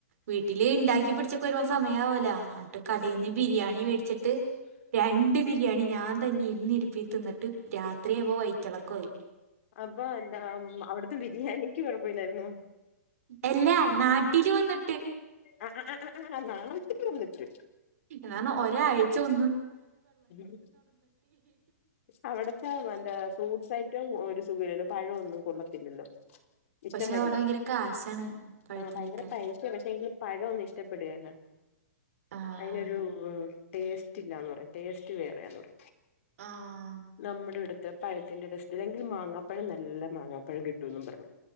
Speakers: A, on the right (about 60°); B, on the left (about 55°).
A: വീട്ടില് ഉണ്ടാക്കി പിടിച്ചക്കെ ഒരു സമയവല്ല്...... അന്ന് ബിരിയാണി മേടിച്ചിട്ട് രണ്ട് ബിരിയാണി ഞാൻ തന്നെ ഇരുന്നരുപ്പി തിന്നിട്ട് <unintelligible> അത്രയ അവ വഴറ്റളക്കമായി......
B: അപ്പ എന്താ അവിടുത്തെ ബിരിയാണിക്ക് കുഴപ്പലായിരുന്നു.......
A: അല്ലാ നാട്ടില് വന്നി.....
B: ആ ആ ആ നാട്ടിൽവന്നിട്ട്....
A: എന്നന്താണ് ഒരാഴ്ച ഒ.....
B: ഉം...... അവിടത്തെ എന്ത ഫ്രൂട്ട്സ് ഐറ്റം ഒരു സുഖമല്ലോ പഴമൊന്നും കൊള്ളത്തില്ലല്ലോ....... ഇഷ്ടം
A: പക്ഷെ
B: വരെ
A: അവിടെ ഭയങ്കര കാശാണ് പഴത്തിനൊക്കെ
B: ആ ഭയങ്കര പഴസ പക്ഷെ എങ്കിലും പഴു.....,. ഇഷ്ടപ്പെടുകയാണ്
A: ആഹ്
B: അതിനൊരു ടേസ്റ്റ് ഇല്ലാന്ന്....... ടെസ്റ്റ് വേറെന്ന് പറ
A: ആഹ്
B: നമ്മുടെ...... പഴത്തിന്റെടസ്റ്റെങ്കിൽ മാങ്ങാപ്പഴം നല്ല മാങ്ങാപ്പഴം കിട്ടു <unintelligible>